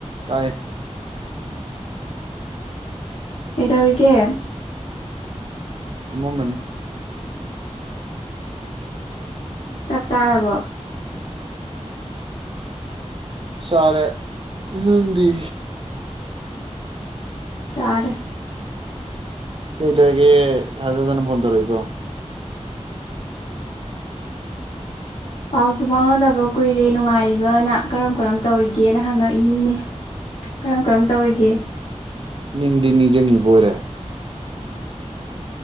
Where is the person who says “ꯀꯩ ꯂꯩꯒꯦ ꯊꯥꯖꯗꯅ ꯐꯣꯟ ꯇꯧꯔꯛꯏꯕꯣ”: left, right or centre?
Right